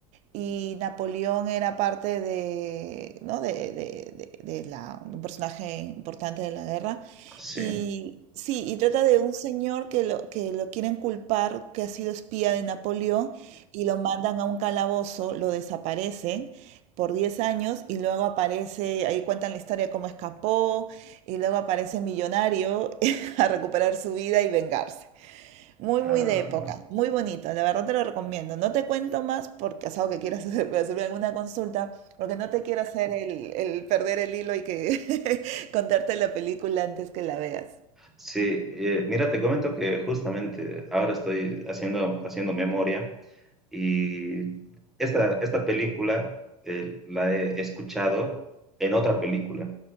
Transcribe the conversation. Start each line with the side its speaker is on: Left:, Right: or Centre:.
Right: y Napoleón era parte de, ¿no? de, de- de- de la, un personaje importante de la guerra.
Centre: Sí.
Right: Y sí, y trata de un señor que lo, que lo quieren culpar, que ha sido espía de Napoleón, y lo mandan a un calabozo, lo desaparecen por 10 años y luego aparece, ahí cuentan la historia de cómo escapó, y luego aparece millonario <laughs> a recuperar su vida y vengarse. Muy,
Centre: Ah,
Right: muy de época, muy bonito, la verdad te lo recomiendo. No te cuento más porque es algo que quieras <laughs> hacer, puede hacerme alguna consulta, porque no te quiero hacer el, el perder el hilo y que <laughs> contarte la película antes que la veas.
Centre: Sí, eh, mira, te comento que justamente ahora estoy haciendo, haciendo memoria y esta, esta película eh, la he escuchado en otra película,